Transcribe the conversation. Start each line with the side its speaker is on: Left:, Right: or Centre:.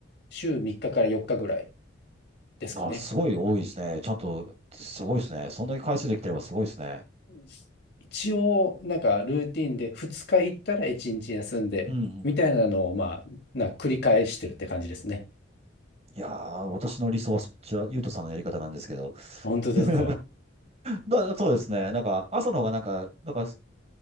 Left: 週3日かから4日ぐらいですかね。
Right: あ、すごい多いですね。ちゃんと、すごいですね。そんだけ回数できてればすごいですね。
Left: うん一応、なんかルーティンで2日行ったら1日休んで、
Right: うんうん。
Left: みたいなのを、まあ、な繰り返してるって感じですね。
Right: いやー、私の理想はそっちは、ゆうとさんのやり方なんですけど。
Left: 本当ですか
Right: <laughs> だ、そうですね。なんか、朝の方がなんか、なんか、